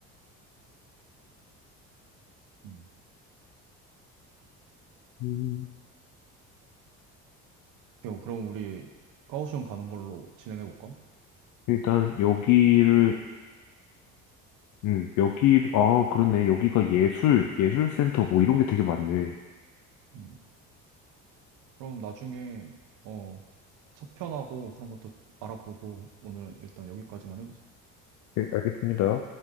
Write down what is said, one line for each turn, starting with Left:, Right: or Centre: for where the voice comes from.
Right: 음.
Left: 음,
Right: 오케이, 그럼 우리 가오슝 가는 걸로 진행해볼까?
Left: 일단 여기를 음, 여기, 아, 그렇네. 여기가 예술, 예술센터 뭐 이런 게 되게 많네.
Right: 음. 그럼 나중에, 어, 차편하고 그런 것도 알아보고 오늘은 일단 여기까지만 해보자.
Left: 네, 알겠습니다.